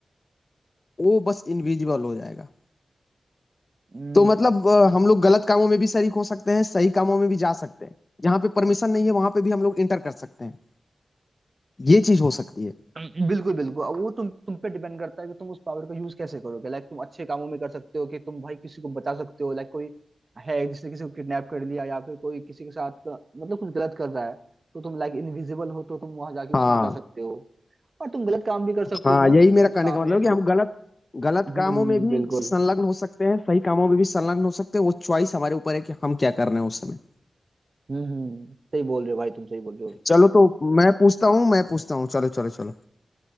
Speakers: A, on the left; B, on the right.
A: वो बस इनविजिबल हो जाएगा
B: हम्म,
A: तो मतलब अ, हम लोग गलत कामों में भी शरीक हो सकते हैं सही कामों में भी जा सकते हैं जहाँ पे परमिशन
B: अच्छा
A: नहीं है वहां पे भी हम लोग इंटर कर सकते हैं ये चीज हो सकती है
B: बिल्कुल बिल्कुल अब वो तुम तुम पे डिपेंड करता है कि तुम उस पावर का यूज कैसे करोगे लाइक तुम अच्छे कामों में कर सकते हो कि तुम भाई किसी को बचा सकते हो लाइक कोई है जिसने किसी को किडनैप कर लिया या फिर कोई किसी के साथ मतलब कुछ गलत कर रहा है तो तुम लाइक इनविजिबल हो तो तुम वहां जाके उसे
A: हाँ
B: बचा सकते हो और तुम गलत काम भी कर सकते
A: हाँ
B: हो बहुत
A: यही मेरा
B: कुछ
A: कहने
B: काम
A: का मतलब
B: है
A: है कि
B: जो
A: हम गलत गलत
B: हम्म
A: कामों में भी
B: बिल्कुल
A: संलग्न हो सकते हैं सही कामों में भी संलग्न हो सकते हैं वो चॉइस हमारे ऊपर है कि हम क्या कर रहे हैं उस समय
B: हम्म हम्म सही बोल रहे हो भाई तुम सही बोल रहे हो
A: चलो तो मैं पूछता हूँ मैं पूछता हूँ चलो चलो चलो